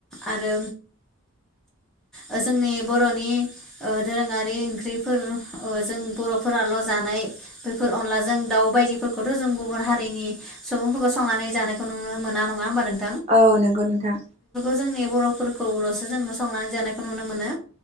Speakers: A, in the centre; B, on the right.
A: आरो ओ जोंनि बरनि ओ दोरोङारि ओंख्रिफोर जों बरफोराल जानाय बेैफोर अनलाजों दावउ बायदि फोरखौथ जों गुबुन हारिनि सुबुंफोरखौ संनानै जानायखौ नुनो मोना नङा होनोमबा नों
B: औ नोंगौ नोंथां।
A: जोंनि बर'फोरखौल'सो जोङो संनानै जानायखौ नुनो मोनो।